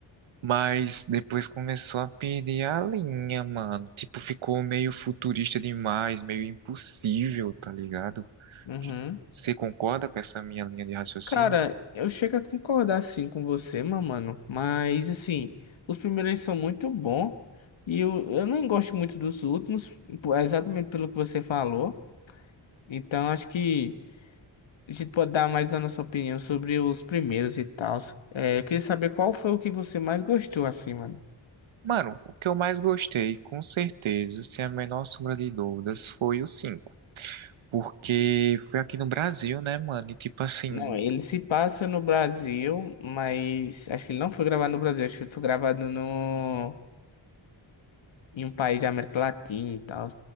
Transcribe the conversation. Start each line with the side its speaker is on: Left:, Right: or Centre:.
Right: Mas depois começou a perder a linha, mano. Tipo, ficou meio futurista demais, meio impossível, tá ligado?
Left: Uhum.
Right: que você concorda com essa minha linha de raciocínio?
Left: Cara, eu chego a concordar sim com você, meu mano. Mas assim, os primeiros são muito bons. E eu, eu nem gosto muito dos últimos, po- exatamente pelo que você falou. Então acho que a gente pode dar mais a nossa opinião sobre os primeiros e tal. É, eu queria saber qual foi o que você mais gostou, assim, mano.
Right: Mano, o que eu mais gostei, com certeza, sem a menor sombra de dúvidas, foi o cinco, Porque foi aqui no Brasil, né, mano? E tipo assim,
Left: Não, ele se passa no Brasil, mas acho que ele não foi gravado no Brasil, acho que ele foi gravado no... em um país da América Latina e tal.